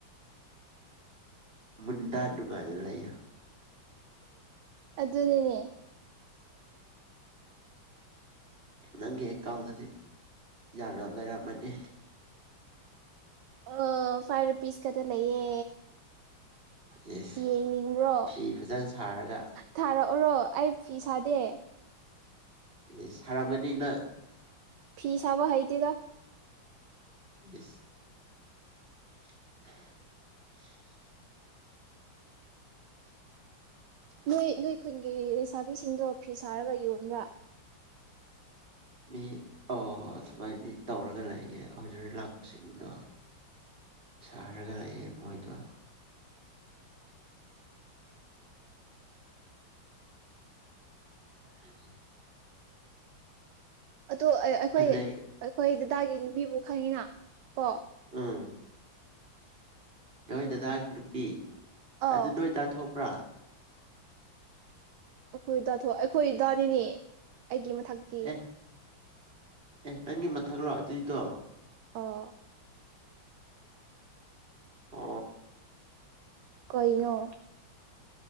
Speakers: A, on the right; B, on the right.
A: ꯃꯟꯗꯥ ꯅꯨꯨꯀꯥꯔ ꯂꯩ
B: ꯑꯗꯨꯅꯤꯅꯦ
A: ꯅꯪꯒꯤ ꯑꯦꯀꯥꯎꯟꯗꯗꯤ ꯌꯥꯝꯅ ꯂꯩꯔꯝꯃꯅꯤ
B: ꯑ ꯐꯥꯏꯚ ꯔꯨꯄꯤꯁ ꯈꯛꯇ ꯂꯩꯌꯦ
A: ꯌꯦꯁ
B: ꯌꯦꯡꯅꯤꯡꯕ꯭ꯔꯣ
A: ꯐꯤ ꯐꯖꯅ ꯁꯥꯔꯒ
B: ꯊꯥꯔꯛꯑꯣꯔꯣ ꯑꯩ ꯐꯤ ꯁꯥꯗꯦ
A: ꯑꯦ ꯁꯔꯝꯒꯅꯤꯅꯅꯥ
B: ꯐꯤꯤꯁꯥꯕ ꯍꯥꯏꯩꯗꯤꯤꯗ
A: ꯌꯦꯁ <unintelligible>
B: ꯅꯣꯏ ꯅꯣꯏ ꯈꯨꯟꯒꯤ ꯂꯩꯁꯥꯕꯤꯁꯤꯡꯗꯣ ꯐꯤ ꯁꯥꯔꯒ ꯌꯣꯟꯕ꯭ꯔꯥ
A: ꯃꯤ ꯑꯣ ꯑꯗꯨꯃꯥꯏꯗꯤ ꯇꯧꯔꯒ ꯂꯩꯌꯦꯦ ꯑꯣꯔꯗꯔ ꯂꯥꯛꯄꯁꯤꯡꯗꯣ ꯁꯥꯔꯒ ꯂꯩꯌꯦꯦ ꯃꯣꯏꯗꯣ <unintelligible>
B: ꯑꯗꯣ ꯑꯩꯈꯣꯏ
A: ꯐꯅꯦꯛ
B: ꯑꯩꯈꯣꯏ ꯗꯗꯥꯒꯤ ꯕꯤꯕꯨ ꯈꯪꯉꯤꯅ ꯀꯣ
A: ꯑꯥ ꯅꯣꯏ ꯗꯗꯥꯗꯥꯒꯤ ꯅꯨꯄꯤ
B: ꯑꯥ
A: ꯑꯗꯨ ꯅꯣꯏꯗꯥ ꯊꯣꯛꯄ꯭ꯔꯥ
B: ꯑꯩꯈꯣꯏꯗꯥꯊꯣꯛ ꯑꯩꯈꯣꯏ ꯗꯥꯗꯤꯅꯦ ꯑꯩꯒꯤ ꯃꯊꯛꯇꯤ
A: ꯑꯦ ꯑꯦ ꯅꯪꯒꯤ ꯃꯊꯛ ꯂꯥꯛ ꯑꯗꯨꯏꯗꯣ
B: ꯑ
A: ꯑ
B: ꯀꯅꯣ